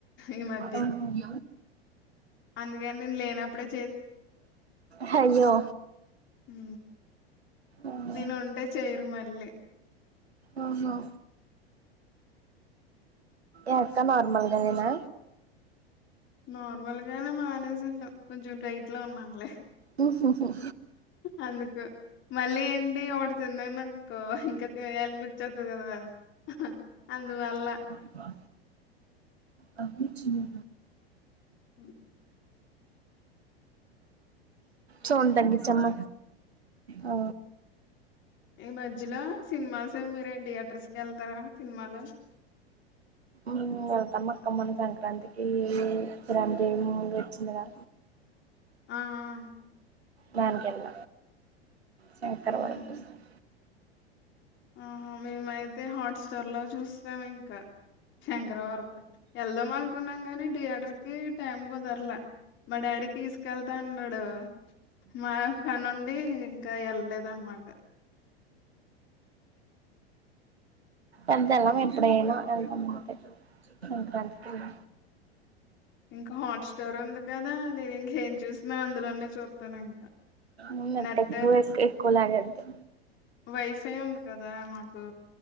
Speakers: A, on the left; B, on the right.
A: ఈ మధ్య
B: ఆహుమ్
A: అందుకని నేను లేనప్పుడే
B: హయ్యో
A: ఉ
B: ఆహా
A: నేను ఉంటే చేయరు మళ్ళీ
B: ఓహో ఏక్క నార్మల్గానేనా
A: నార్మల్ గానే మానేసి ఉంటాం కొంచెం డైట్ లో ఉన్నాను లే
B: ఉ ఊ ఊ
A: అందుకు మళ్ళీ ఏంటి ఒకటి తిన్నననుకో ఇంకా తినేయ్యాలనిప్పించేతదేమో నాకు అహ అందువల్ల
B: వా లవ్ ఈస్ చిన్ను
A: మ్
B: సౌండ్ తగ్గించమ్మ. ఆ
A: ఈ మధ్యలో సినిమాల్స్ మీరే థియేటర్స్ కి వెళ్తారా సినిమాలు
B: మేము ఎల్తాము అక్క మన సంక్రాంతికి ఈ రాణదేవ్ మూవీ వచ్చింది కదా.
A: ఆ ఆ
B: దాని కింద శంకర్
A: మ్మ్.
B: వర ప్రసాద్
A: ఆహా మేమైతే హాట్స్టార్ లో చూస్తాం ఇంకా శంకరవరప వెళ్దాం అనుకున్నాం కానీ థియేటర్ కి టైం కుదరలా మా డాడీ తీసుకెళ్తా అన్నాడు. మా పనుండి ఇంకా వెళ్ళలేదు అన్నమాట.
B: అంత ఎల ఎప్పుడ ఏనా ఎంత మాట సంక్రాంతిలో
A: ఇంకా హాట్స్టార్ ఉంది కదా, నేను ఇంకేం చూసిన అందులోనే చూత్తాను ఇంకా.
B: ఊ ఎంత
A: నెట్
B: ఎక్కువ ఎస్ ఎక్కువలాగేద్ది.
A: వైఫై ఉంది కదా మాకు